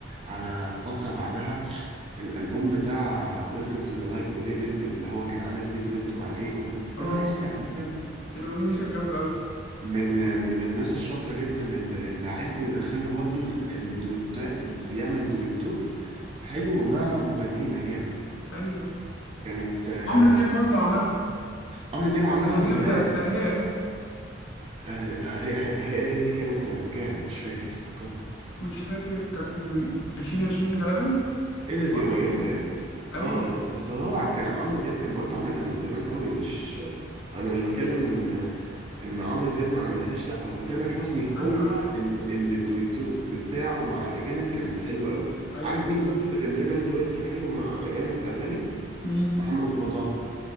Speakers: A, on the right; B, on the left.
A: على فتره بعدها الالبوم بتاع ويلكم تو ذا لايف وي ليف ان اللي هو كان عامل فيه دويتو مع ايكون تامر
B: اه
A: حسني عامه
B: الاغنيه دي كانت جامده قوي
A: من من الناس الشاطره جدا اللي, اللي عرفوا يدخلوا برضو ال- الدويتو يعمل دويتو حلو مع مغنيين اجانب
B: ايوه
A: كانت آه،
B: عمرو دياب برضه عملها
A: عمرو دياب عملها
B: الأغنية
A: زمان
B: بتاعت أهي أهي
A: آه، آه، هي هي هي- هي دي كانت سنه كام مش فاكر فكرني
B: مش فاكر كانت من عشرين عشرين غالبا
A: ايه ده
B: أو
A: دي
B: 21
A: قريبة يعني
B: أيوه
A: اه لا بس هو عم- كان عمرو دياب كان برضو عاملها من زمان قوي مش انا مش بكلم ان ان عمرو دياب ما عملهاش لا هو تامر حسني هو
B: أيوه أيوه
A: ال- اللي الدويتو بتاعه مع اجانب كان حلو قوي
B: أيوه
A: عارف
B: بالظبط.
A: مين برضو اللي كان بيعمل دويتو حلو مع اجانب في اغاني
B: مين؟
A: محمد رمضان